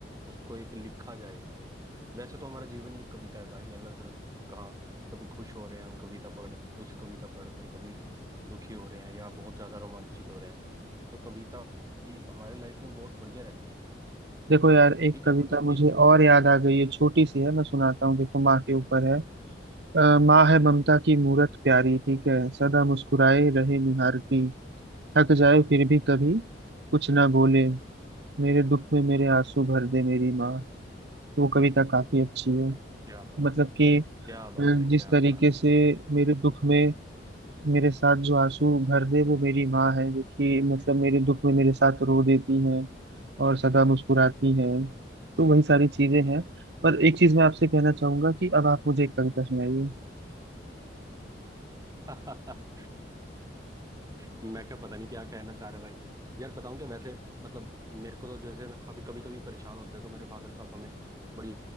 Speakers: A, on the right; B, on the right.
A: उसको एक लिखा जाए वैसे तो हमारा जीवन ही एक कविता है भाई अलग अलग कहाँ कभी खुश हो रहे हैं हम कविता पढ़ उस कविता पढ़कर कभी दुखी हो रहे हैं या बहुत ज्यादा रोमांचित हो रहे हैं तो कविता भी हमारी लाइफ में बहुत बढ़िया रहती है
B: देखो यार एक
A: ठीक है
B: कविता
A: मतलब
B: मुझे
A: एक
B: और याद आ गई है छोटी सी है मैं सुनाता हूँ देखो माँ के ऊपर है अ, माँ है ममता की मूरत प्यारी ठीक है सदा मुस्कुराए रहे निहारती थक जाए फिर भी कभी कुछ ना बोले मेरे दुख में मेरे आंसू भर दे मेरी माँ वो कविता काफी अच्छी है
A: क्या बात
B: मतलब कि
A: क्या बात
B: अ,
A: है क्या
B: जिस तरीके
A: बात
B: से
A: है
B: मेरे दुख में मेरे साथ जो आंसू भर दे वो मेरी माँ है जो कि मतलब मेरे दुख में मेरे साथ रो देती है और सदा मुस्कुराती है तो वही सारी चीजें हैं पर एक चीज मैं आपसे कहना चाहूंगा कि अब आप मुझे एक कविता सुनाइए
A: <laughs> मैं क्या पता नहीं क्या कहना चाह रहा है भाई यार बताऊं क्या वैसे मतलब मेरे को तो जैसे मैं अभी कभी कभी परेशान होते हैं तो मेरे फादर साहब हमें बड़ी